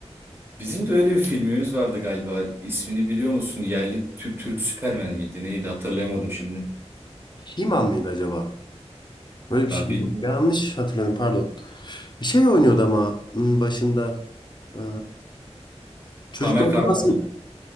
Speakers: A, on the right; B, on the left.
A: Bizim de öyle bir filmimiz vardı galiba. İsmini biliyor musun? Yerli Türk, Türk Süpermen miydi? Neydi? Hatırlayamadım şimdi.
B: Himan mıydı acaba? Böyle bir
A: Daha
B: şey yok.
A: bilmiyorum.
B: Yanlış hatırladım pardon. Şey oynuyordu ama hmm, başında. Ee, Çocuklar
A: Tamer Karadağlı.
B: Dünyası,